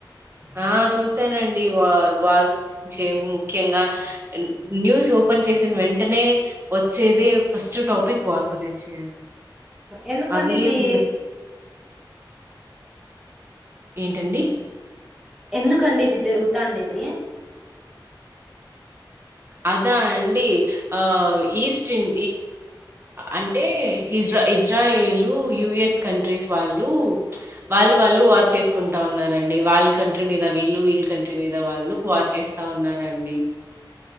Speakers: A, on the right; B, in the centre.
A: ఆ చూసానండి వా వారు ముఖ్యంగా న్యూస్ ఓపెన్ చేసిన వెంటనే వచ్చేది ఫస్ట్ టాపిక్ వార్ గురించి అండి
B: ఎందు కండి
A: అది
B: ఇది
A: అసలు ఏంటండి
B: ఎందుకండి ఇది జరుగుతాండేది
A: అదా అండి ఆ ఈస్ట్ం అంటే ఇజ ఇజ్రాయలు యుఎస్ కంట్రీస్ వాళ్ళు వాళ్ళు వాళ్ళు వార్ చేసుకుంటా ఉన్నారండి వాళ్ళ కంట్రీ మీద వీళ్ళు వీళ్ళ కంట్రీ మీద వాళ్ళు వార్ చేస్తా ఉన్నారండి